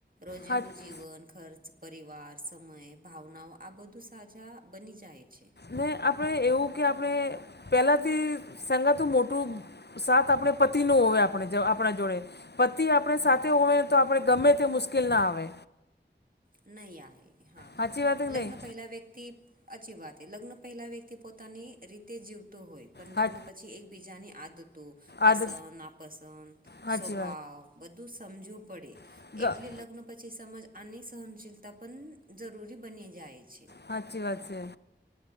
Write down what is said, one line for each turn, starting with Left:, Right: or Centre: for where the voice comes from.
Right: રોજિંદુ
Left: હા
Right: જીવન, ખર્ચ, પરિવાર, સમય, ભાવના આ બધું સાજા બની જાય છે.
Left: ને આપણે એવું કે આપણે પેલાંથી સંગાતું મોટું સાથ આપણે પતિનું ઓવે આપણે જો આપણે જોડે. પતિ આપણે સાથે
Right: હા
Left: હોવે તો આપણે ગમે તે મુશ્કેલ ના આવે.
Right: નહીં આવે હા.
Left: હાચી વાત કે નહી
Right: લગ્ન પેહલા વ્યક્તિ આચી વાત લગ્ન પેહલા વ્યક્તિ પોતાની રીતે જીવતો હોય પણ
Left: હા
Right: લગ્ન પ પછી એકબીજાની આદતો, પસંદ,
Left: આદ
Right: નાપસંદ,
Left: હાચી
Right: સ્વભાવ બધું સમજવું પડે.
Left: વાત
Right: એટલે લગ્ન પછી સમજ આની સહનશીલતા પણન જરૂરી બની જાય છે.
Left: હાચી વાત હે.